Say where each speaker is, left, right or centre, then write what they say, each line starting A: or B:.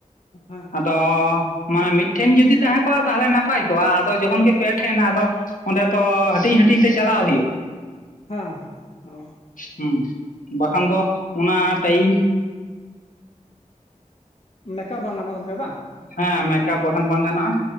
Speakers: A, on the left; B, on the left.
A: ᱚ ᱦᱮᱸ᱾
B: ᱟᱫᱚ ᱢᱟᱱᱮ ᱢᱤᱫ ᱴᱷᱮᱱ ᱡᱩᱫᱤ ᱛᱟᱦᱮᱸ ᱠᱚᱜ-ᱟ ᱛᱟᱦᱚᱞᱮ ᱱᱟᱯᱟᱭ ᱠᱚᱜ-ᱟ ᱟᱫᱚ ᱡᱚᱠᱷᱚᱱ ᱜᱮ ᱯᱮ ᱴᱷᱮᱱ ᱟᱫᱚᱼᱼ ᱚᱸᱰᱮ ᱛᱚ ᱦᱟᱹᱴᱤᱧ ᱦᱟᱹᱴᱤᱧ ᱛᱮ ᱪᱟᱞᱟᱣ ᱦᱩᱭᱩᱜ-ᱟ᱾
A: ᱦᱚᱸ ᱦᱚ ᱚ᱾
B: ᱦᱩᱸ ᱵᱟᱠᱷᱟᱱ ᱫᱚ ᱚᱱᱟ ᱴᱟᱹᱭᱤᱢᱼᱼᱼ
A: ᱢᱮᱠᱟᱯ ᱵᱟᱝ ᱜᱟᱱᱚᱜ-ᱟ ᱜᱚᱝᱠᱮ ᱵᱟᱝ᱾
B: ᱦᱮᱸ ᱢᱮᱠᱟᱯ ᱵᱟᱠᱷᱟᱱ ᱵᱟᱝ ᱜᱟᱱᱚᱜ-ᱟ